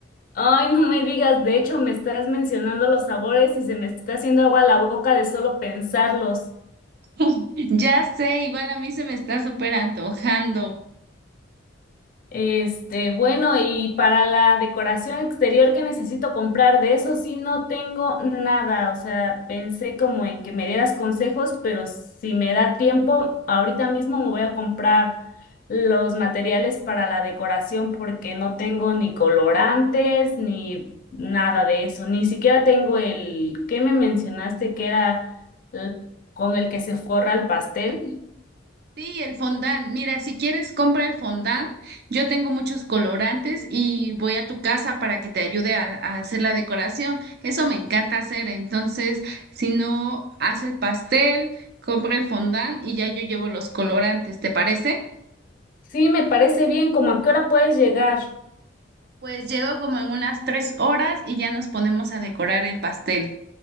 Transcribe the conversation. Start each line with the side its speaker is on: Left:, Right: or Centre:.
Left: Ay, no me digas, de hecho me estás mencionando los sabores y se me está haciendo agua la boca de solo pensarlos.
Right: <laughs> Ya sé, igual a mí se me está súper antojando.
Left: Este, bueno, y para la decoración exterior que necesito comprar, de eso sí no tengo nada. O sea, pensé como en que me dieras consejos, pero si me da tiempo, ahorita mismo me voy a comprar los materiales para la decoración porque no tengo ni colorantes ni nada de eso. Ni siquiera tengo el que me mencionaste que era el- con el que se forra el pastel.
Right: Sí, el fondant. Mira, si quieres, compra el fondant. Yo tengo muchos colorantes y voy a tu casa para que te ayude a, a hacer la decoración. Eso me encanta hacer. Entonces, si no, haz el pastel, compra el fondant y ya yo llevo los colorantes. ¿Te parece?
Left: Sí, me parece bien, como a qué hora puedes llegar.
Right: Pues llego como en unas tres horas y ya nos ponemos a decorar el pastel.